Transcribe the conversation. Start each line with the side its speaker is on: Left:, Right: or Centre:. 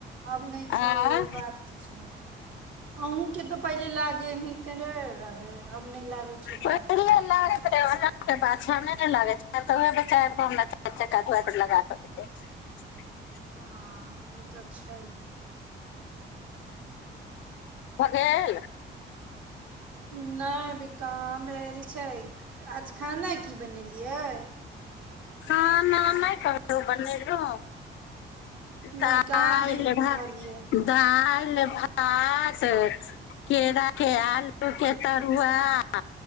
Right: आब नहि छौ
Left: आँ
Right: ओ बात छै अहुँ के तऽ पहिले लागे हे तेे रहे आब नहि लागे छै ओ
Left: पहिले
Right: बात के बात
Left: लागैत
Right: छै
Left: रहै ओना बाछा नहि ने लागै छै तऽ ओ बच्चा आब कऽ चारि चक्का हमरा दुआरि पर लगा के जाइत अछि
Right: हँ ई तऽ छै
Left: भऽ गेल
Right: नहि अभी कहाँ भेल छै आज खाना की बनेलियै
Left: खाना नहि कहलौं बनेलौं
Right: नहि
Left: दालि
Right: कहाँ के
Left: भात
Right: कहलियै
Left: दालि भात केरा के आलू के तरुआ